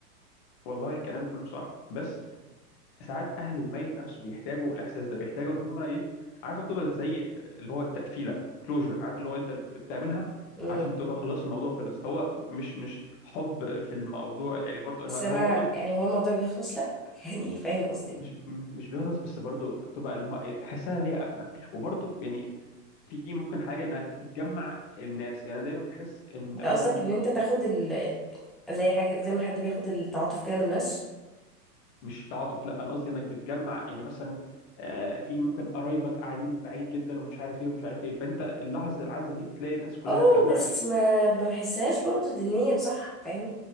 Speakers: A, on the left (about 35°); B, in the centre.
A: والله كلامك كله صح بس ساعات اهل الميت نفسه بيحتاجوا الاحساس ده بيحتاجوا ان هم ايه عارف بتبقى زي اللي هو التقفيله كلوجر عارف اللي هو انت بتعملها
B: امم
A: عشان تبقى خلاص الموضوع خلص هو مش مش حب في الموضوع يعني برضه
B: بس
A: هو
B: انا
A: برضه
B: يعني هو الموضوع بيخلص لا <laughs> يعني فاهم قصدي
A: مش مش مش بيهرس بس برضو بتبقى الم... تحسها ليها قفله وبرضو يعني في ممكن حاجه انك بتجمع الناس يعني انا دايما بحس ان
B: انت قصدك
A: مثلا
B: ان انت تاخد ال... زي حاجة زي ما حد بياخد التعاطف كده من الناس
A: مش تعاطف لا انا قصدي انك بتجمع يعني مثلا آه، في ممكن قرايبك قاعدين بعيد جدا ومش عارف ايه ومش عارف ايه فانت اللحظه العزه دي تلاقي الناس كلها
B: اه
A: اتجمعت
B: بس ما بحسهاش برضه دينيا صح فاهم